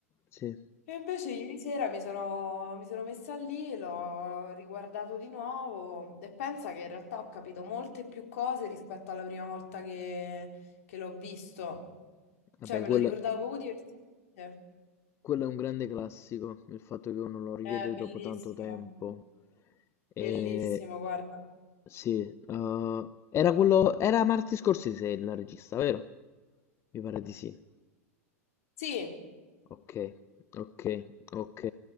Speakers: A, on the left (about 35°); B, on the left (about 70°).
A: sì.
B: E invece ieri sera mi sono, mi sono messa lì, l'ho riguardato di nuovo e pensa che in realtà ho capito molte più cose rispetto alla prima volta che, che l'ho visto.
A: Vabbè,
B: Cioè, me
A: quello...
B: lo ricordavo poco diversamente.
A: Quello è un grande classico, il fatto che uno lo rivede
B: È bellissimo,
A: dopo tanto tempo. E...
B: bellissimo, guarda.
A: Sì, eh, era quello... Era Martin Scorsese il regista, vero? Mi pare di sì.
B: Sì,
A: Ok, ok, ok.